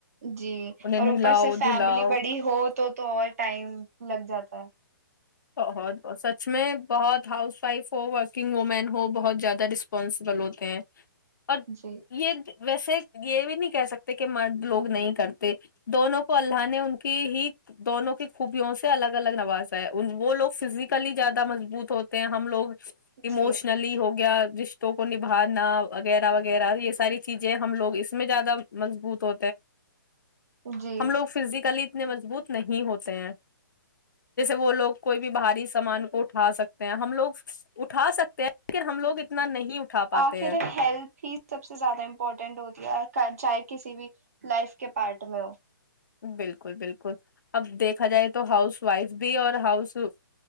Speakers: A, on the right; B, on the left.
A: جی
B: انہیں
A: اور
B: نہلاؤ
A: اوپر سے فیملی
B: دھلاؤ
A: بڑی ہو تو تو اور ٹائم لگ جاتا ہے
B: بہت بہت سچ میں بہت ہاؤس وائف ہو ورکنگ وومین ہو بہت زیادہ رسپانسبل ہوتے ہیں اور
A: جی
B: یہ ویسے یہ بھی نہیں کہہ سکتے کہ مرد لوگ نہیں کرتے دونوں کو اللہ نے ان کی ہی دونوں کی خوبیوں سے الگ الگ نوازایا وہ لوگ فزیکلی زیادہ مضبوط ہوتے ہیں ہم لوگ اموشنلی
A: جی
B: ہو رشتوں کو نبھانا وغیرہ وغیرہ یہ ساری چیزیں ہم لوگ اس میں زیادہ مضبوط ہو
A: جی
B: ہم لوگ فزیکلی تنے مضبوط نہیں ہوتے ہیں وہ لوگ کوئی بھی باہری سامان اٹھا سکتے ہیں ہم لوگ اٹھا سکتے ہیں لیکن ہم لوگ اتنا نہیں اٹھا پاتے
A: آخر
B: ہیں
A: ہیلتھ ہی سب سے زیادہ امپورٹنٹ ہوتی ہے چاہے کسی بھی لائف کے پارٹ میں ہو
B: بالکل بالکل اب دیکھا جائے تو ہاؤس وائف بھی اور ہاؤس